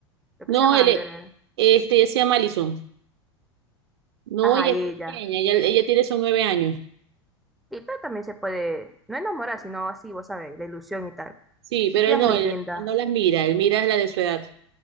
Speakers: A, in the centre; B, on the right (about 60°).
A: Creo
B: No,
A: que se llama
B: él,
A: Ander.
B: e-
A: era.
B: este, ella se llama Alison. No,
A: Ajá,
B: ella
A: ella.
B: es pequeña, ella, ella tiene son nueve años.
A: Y pero también se puede, no enamorar, sino así, vos sabés, la ilusión y tal.
B: Sí, pero
A: Y ella
B: él
A: es
B: no,
A: muy
B: él,
A: linda.
B: él no las mira, él mira a la de su edad.